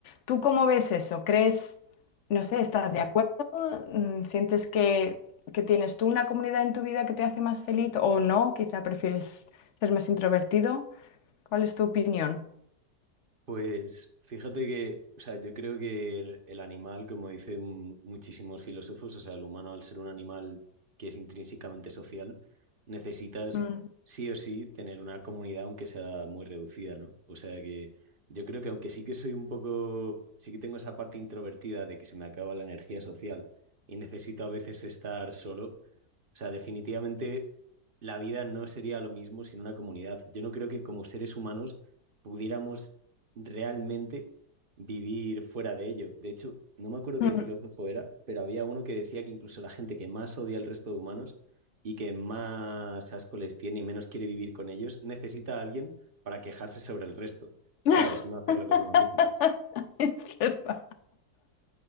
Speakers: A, on the left; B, on the right.
A: ¿Tú cómo ves eso? ¿Crees, no sé, estás de acuerdo? Mm, ¿Sientes que, que tienes tú una comunidad en tu vida que te hace más feliz o no? Quizá prefieres ser más introvertido. ¿Cuál es tu opinión?
B: Pues fíjate que, o sea, yo creo que el, el animal, como dicen muchísimos filósofos, o sea, el humano al ser un animal que es intrínsecamente social, necesitas
A: Mm.
B: sí o sí tener una comunidad aunque sea muy reducida, ¿no? O sea que yo creo que aunque sí que soy un poco, sí que tengo esa parte introvertida de que se me acaba la energía social y necesito a veces estar solo, o sea, definitivamente la vida no sería lo mismo sin una comunidad. Yo no creo que como seres humanos pudiéramos realmente vivir fuera de ello. De hecho, no me acuerdo
A: Mm.
B: qué filósofo era, pero había uno que decía que incluso la gente que más odia al resto de humanos y que más asco les tiene y menos quiere vivir con ellos, necesita a alguien para quejarse sobre el resto,
A: <laughs>
B: ¿sabes? Y no hacerlo con uno mismo.
A: Es verdad.